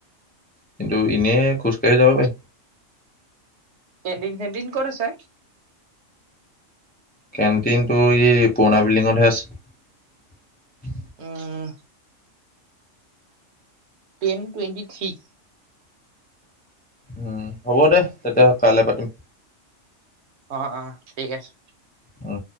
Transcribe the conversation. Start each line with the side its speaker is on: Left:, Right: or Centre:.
Left: কিন্তু এনেই খুজকাঢ়ি যাব পাই
Right: কেন্টিন চেণ্টিন কত আছে
Left: কেণ্টিনটো ই পুৰণা বিল্ডিঙতহে আছে
Right: উম টেন টুৱেণ্টি থ্ৰী
Left: উম হ'ব দে তেতিয়ালে কাইলৈ পাতিম
Right: অ অ ঠিক আছে
Left: উম